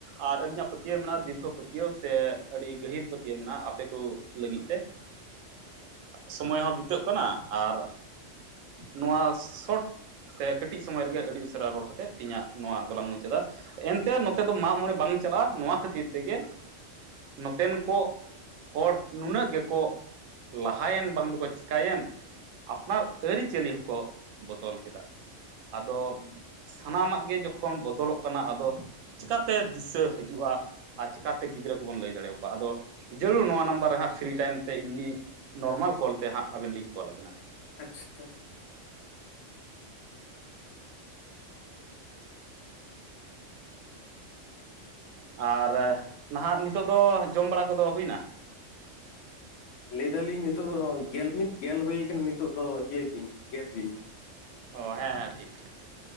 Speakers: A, on the right; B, on the left.
A: ᱟᱨ ᱟᱹᱞᱤᱧᱟᱜ ᱯᱟᱹᱛᱭᱟᱹᱣ ᱢᱮᱱᱟᱜᱼᱟ ᱫᱤᱨᱜᱚ ᱯᱟᱹᱛᱭᱟᱹᱣ ᱥᱮ ᱟᱹᱰᱤ ᱜᱟᱹᱦᱤᱨ ᱯᱟᱹᱛᱭᱟᱹᱣ ᱢᱮᱱᱟᱜᱼᱟ ᱟᱯᱮ ᱠᱚ ᱞᱟᱹᱜᱤᱫ ᱛᱮ ᱥᱚᱢᱚᱭ ᱦᱚᱸ ᱵᱤᱛᱟᱹᱜ ᱠᱟᱱᱟ ᱟᱨ ᱱᱚᱣᱟ ᱥᱚᱴ ᱥᱮ ᱠᱟᱹᱴᱤᱡ ᱥᱚᱢᱚᱭ ᱨᱮᱜᱮ ᱟᱹᱰᱤ ᱩᱥᱟᱹᱨᱟ ᱨᱚᱲ ᱠᱟᱛᱮ ᱛᱮᱦᱮᱧᱟᱹᱜ ᱱᱚᱣᱟ ᱫᱚᱞᱟᱝ ᱢᱩᱪᱟᱹᱫᱟ ᱮᱱᱛᱮ ᱱᱚᱛᱮ ᱫᱚ ᱢᱟᱜ ᱢᱚᱬᱮ ᱵᱟᱝ ᱪᱟᱞᱟᱜ-ᱟ ᱱᱚᱣᱟ ᱠᱷᱟᱹᱛᱤᱨ ᱛᱮᱜᱮ ᱱᱚᱛᱮᱱ ᱠᱚ ᱦᱚᱲ ᱱᱩᱱᱟᱹᱜ ᱜᱮᱠᱚ ᱞᱟᱦᱟᱭᱮᱱ ᱵᱟᱝ ᱫᱚᱠᱚ ᱪᱤᱠᱟᱹᱭᱮᱱ ᱟᱯᱱᱟᱨ ᱟᱹᱨᱤᱪᱟᱹᱞᱤ ᱦᱚᱸᱠᱚ ᱵᱚᱫᱚᱞ ᱠᱮᱫᱟ ᱟᱫᱚ ᱥᱟᱱᱟᱢᱟᱜ ᱜᱮ ᱡᱚᱠᱷᱚᱱ ᱵᱚᱫᱚᱞᱚᱜ ᱠᱟᱱᱟ ᱟᱫᱚ ᱪᱮᱠᱟᱛᱮ ᱫᱤᱥᱟᱹ ᱦᱤᱡᱩᱜ-ᱟ ᱟᱨ ᱪᱤᱠᱟᱛᱮ ᱜᱤᱫᱽᱨᱟᱹ ᱠᱚᱵᱚᱱ ᱞᱟᱹᱭ ᱫᱟᱲᱮᱭᱟᱠᱚᱣᱟ ᱟᱫᱚ ᱡᱟᱹᱨᱩᱲ ᱱᱚᱣᱟ ᱱᱟᱢᱵᱟᱨ ᱨᱮ ᱦᱟᱸᱜ ᱯᱷᱨᱤ ᱴᱟᱭᱤᱢ ᱛᱮ ᱮᱢᱱᱤ ᱱᱚᱨᱢᱟᱞ ᱠᱚᱞ ᱛᱮ ᱦᱟᱸᱜ ᱟᱵᱮᱱ ᱞᱤᱧ ᱠᱚᱞ ᱟᱵᱮᱱᱟ
B: ᱟᱪᱪᱷᱟ
A: ᱟᱨ ᱱᱟᱦᱟᱜ ᱱᱤᱛᱳᱜ ᱫᱚ ᱡᱚᱢ ᱵᱟᱲᱟ ᱠᱚᱫᱚ ᱦᱩᱭᱱᱟ
B: ᱞᱟᱹᱭ ᱫᱟᱞᱤᱧ ᱱᱤᱛᱚᱜ ᱫᱚ ᱜᱮᱞ ᱢᱤᱫ ᱜᱮᱞ ᱦᱩᱭ ᱠᱟᱱᱟ ᱱᱤᱛᱚᱜ ᱫᱚ ᱤᱭᱟᱹᱭ ᱵᱤᱱ ᱜᱮᱫ ᱵᱤᱱ
A: ᱚ ᱦᱮᱸ ᱦᱮᱸ ᱴᱷᱤᱠ ᱴᱷᱤᱠ ᱴᱷᱤᱠ